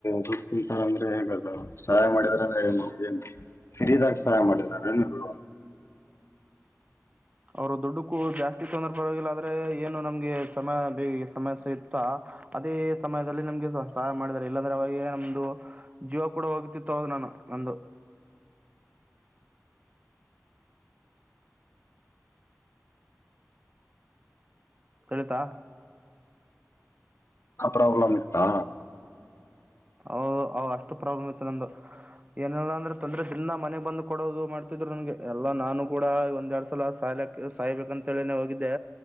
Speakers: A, on the left (about 55°); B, on the right (about 30°).
A: ದುಡ್ಡು ತಿಂತಾರ ಅಂದ್ರೆ ಹೇಗಲ್ ಸಹಾಯ ಮಾಡಿದ್ರೆಂದ್ರಮ ಫ್ರೀದಾಗ ಸಹಾಯ ಮಾಡಿದಾರ ಏನಲ್
B: ಅವರು ದುಡ್ಡಕ್ಕೂ ಜಾಸ್ತಿ ತೊಂದರೆ ಪರವಾಗಿಲ್ಲ ಆದ್ರೆ ಏನು ನಮ್ಗೆ ಸಮ ಬೇಗಿಗೆ ಸಮಸ್ಯೆ ಇತ್ತಾ ಅದೇ ಸಮಯದಲ್ಲಿ ನಮ್ಗೆ ಸಹ ಸಹಾಯ ಮಾಡಿದಿದ್ದಾರೆ ಇಲ್ಲಾಂದ್ರೆ ಅವಾಗೇ ನಮ್ದು ಜೀವ ಕೂಡ ಹೋಗಿತಿತ್ತು ಅವ ನಾನು ನಮಂದು ಕಲತಾ
A: ಪ್ರಾಬ್ಲ್ಮ್ ಇತಾ
B: ಹ್ ಅಷ್ಟು ಪ್ರಾಬ್ಲಮ್ ಇತ್ತು ನಂದುು ಏನಲ್ಲ ಅಂದ್ರೆ ತೊಂದ್ರೆ ದಿನ ಮನೆಗ್ ಬಂದು್ ಕೊಡೋದು ಮಾಡ್ತಿದ್ರು ನನ್ಗೆ ಎಲ್ಲಾ ನಾನು ಕೂಡ ಒಂದ ಎರಡ್ ಸಲ ಸಾಯ್ಲಕ್ ಸಾಯ್ಬೇಕ ಅಂತನೆ ಹೋಗಿದ್ದೆ